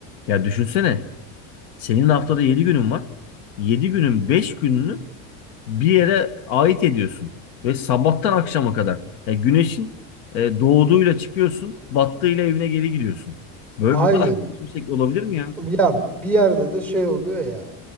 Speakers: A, on the left (about 80°); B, in the centre.
A: Ya düşünsene senin haftada 7 günün var. 7 günün 5 gününü bir yere ait ediyorsun. Ve sabahtan akşama kadar. Ya güneşin e, doğduğuyla çıkıyorsun, battığıyla evine geri gidiyorsun. Böyle
B: Aynen.
A: bu kadar saçma şey olabilir mi ya?
B: Ya bir yerde de şey oluyor ya.